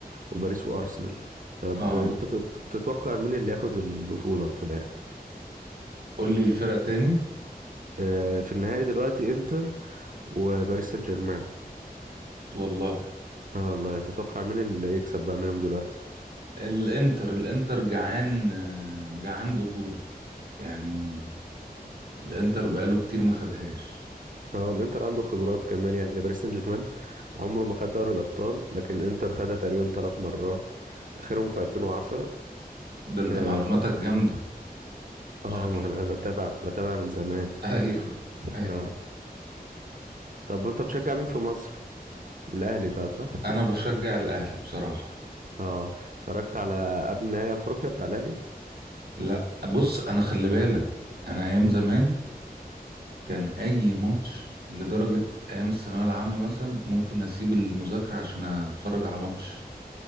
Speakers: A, on the right; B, on the right.
A: وباريس وأرسنال طب
B: اه
A: انت تت- تتوقع مين اللي ياخد البطولة في الآخر
B: قول لي الفرق تاني
A: آه، في النهائي دلوقتي انتر وباريس سان جيرمان
B: والله
A: اه والله تتوقع مين اللي يكسب بقى منهم دلوقتي
B: الانتر الانتر جعان آه، جعان بطولة يعني الانتر بقاله كتير ما خدهاش
A: اه الانتر عنده خبرات كمان يعني باريس سان جيرمان عمره ما خد دوري الابطال لكن انتر خدها تقريبا ثلاث مرات اخرهم في 2010
B: ده انت
A: اه
B: معلوماتك جامدة
A: آه،
B: شكلك
A: ما انا بتابع بتابع من زمان
B: <laughs> ايوه ايوه
A: آه. طب وانت بتشجع مين في مصر الاهلي بقى صح
B: انا بشجع الاهلي بصراحة
A: اه اتفرجت على قبل نهائي افريقيا بتاع الاهلي
B: لا بص انا خلي بالك انا ايام
A: مم.
B: زمان كان اي ماتش لدرجه ايام الثانويه العامه مثلا ممكن اسيب المذاكره عشان اتفرج على ماتش